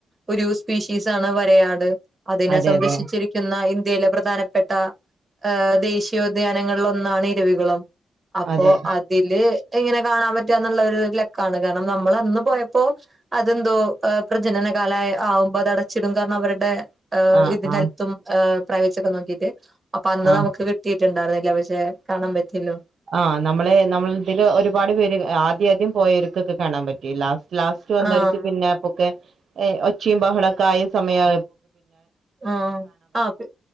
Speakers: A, on the right; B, on the right.
A: ഒരു സ്പീഷീസാണ് വരയാട് അതിനെ
B: അതെ
A: സംരക്ഷിച്ചിരിക്കുന്ന
B: അതെ
A: ഇൻ ന്ത്യയിലെ പ്രധാനപ്പെട്ട ഏ ദേശീയോദ്യാനങ്ങളിൽ ഒന്നാണ് ഇരവികുളം അപ്പൊ
B: അതെ
A: അതില് എങ്ങനെ കാണാൻ പറ്റ്ന്ന്ള്ള ഒരു ല ക്കാണ് കാരണം നമ്മള് അന്ന് പോയപ്പോ അതെന്തോ എ പ്രജനനകാല ആയെ ആവുമ്പോ അത്ടച്ചിടും കാര അവര്ടെ ഏ
B: ആഹ്
A: ഇത്
B: ആഹ്
A: ഹെൽത്തുംഏ പ്രൈവസി ഒക്കെ നോക്കിട്ട് അപ്പൊ അന്ന്
B: ആഹ്
A: നമുക്ക് കിട്ടിയിട്ട്ണ്ടായിര് ന്ന് ല്ല പക്ഷെ കാണാ പറ്റില്ലോ
B: ആ നമ്മളെ നമ്മള് ഇതില് ഒരുപാട് പേര് ആദ്യം ആദ്യം പോയര്ക്കൊക്കെ കാണാൻ പറ്റില്ല ലാസ്റ്റ് വന്നവർക്ക്
A: ആഹ്
B: പിന്നെ അപ്പൊക്കെഏ ഒച്ചയും ബഹളൊക്കെ ആയ സമയാ
A: ആ ആ പി